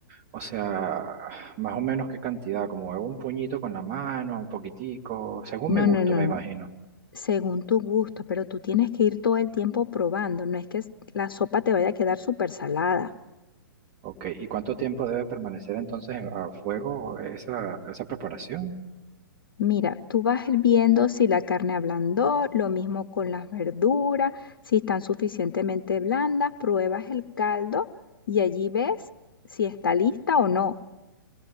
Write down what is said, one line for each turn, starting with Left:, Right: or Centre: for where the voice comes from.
Right: o sea, más o menos qué cantidad, como hago un puñito con la mano, un poquitico, según
Left: No,
Right: mi gusto,
Left: no, no,
Right: me
Left: no.
Right: imagino.
Left: Según tu gusto, pero tú tienes que ir todo el tiempo probando, no es que s- la sopa te vaya a quedar súper salada.
Right: Ok, ¿y cuánto tiempo debe permanecer entonces en- a fuego esa, esa preparación?
Left: Mira, tú vas viendo si la carne ablandó, lo mismo con las verduras, si están suficientemente blandas, pruebas el caldo y allí ves si está lista o no.